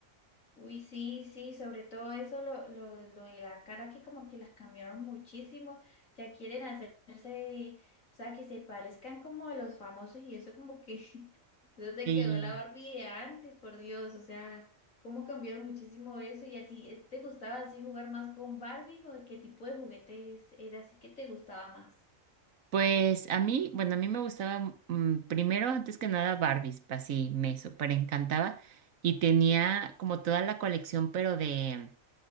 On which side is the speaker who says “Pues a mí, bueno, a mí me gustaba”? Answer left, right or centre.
Right